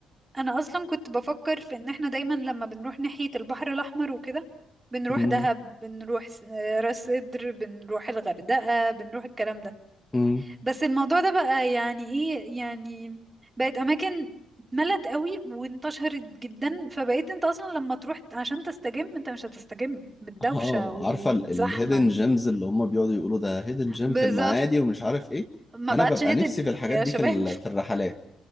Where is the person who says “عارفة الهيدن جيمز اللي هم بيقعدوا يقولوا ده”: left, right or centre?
Left